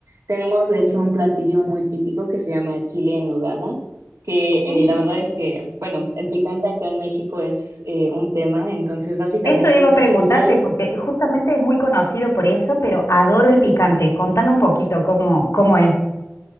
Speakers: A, on the right; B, on the left.
A: Tenemos, de hecho, un platillo muy típico que se llama chile en nogada, que
B: Mm,
A: eh, la verdad es que, bueno, el picante acá en México es eh, un tema. Entonces, básicamente
B: Eso iba
A: es
B: a
A: un
B: preguntarte
A: chile
B: porque justamente es muy conocido por eso, pero adoro el picante. Contame un poquito cómo, cómo es.